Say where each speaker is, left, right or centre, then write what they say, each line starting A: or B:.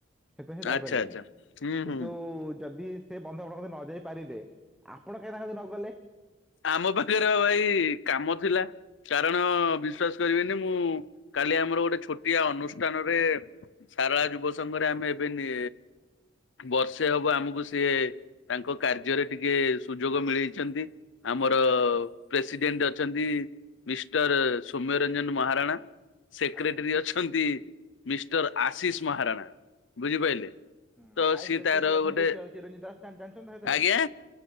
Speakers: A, in the centre; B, on the left.
A: ସେଥିପାଇଁ ସେ ଯାଇପାରିଲେନି।
B: ଆଚ୍ଛା ଆଚ୍ଛା ହୁଁ
A: କିନ୍ତୁ
B: ହୁଁ।
A: ଯଦି ସେ ବନ୍ଧ ଆପଣଙ୍କ କତିକି ନ ଯାଇ ପାରିବେ, ଆପଣ କାହିଁକି ତାଙ୍କ କତିକି ନ ଗଲେ?
B: ଆମ ପାଖରେ ଭାଇ କାମ ଥିଲା। କାରଣ ବିଶ୍ଵାସ କରିବେନି ମୁଁ କାଲି ଆମର ଗୋଟେ ଛୋଟିଆ ଅନୁଷ୍ଠାନରେ ସାରଳା ଯୁବ ସଂଘରେ ଆମେ ଏବେ ନେ ବର୍ଷେ ହବ ଆମକୁ ସିଏ ତାଙ୍କ କାର୍ଯ୍ୟରେ ଟିକେ ସୁଯୋଗ ମିଳେଇଚନ୍ତି। ଆମର ପ୍ରେସିଡେଣ୍ଟ ଅଛନ୍ତି ମିଷ୍ଟର ସୌମ୍ୟରଞ୍ଜନ ମହାରଣା। ସେକ୍ରେଟେରୀ
A: ଆଜ୍ଞା
B: ଅଛନ୍ତି ମିଷ୍ଟର ଆଶିଷ ମହାରଣା ବୁଝିପାଇଲେ।
A: ହୁଁ,
B: ତ
A: ଭାଇସ୍
B: ସିଏ
A: ପ୍ରେସିଡେଣ୍ଟ
B: ତାର
A: ଅଛନ୍ତି
B: ଗୋଟେ
A: ଚିରଞ୍ଜିତ ଦାସ ଜା-ଜାଣିଛନ୍ତି ନେ ସେଥିରେ?
B: ଆଜ୍ଞା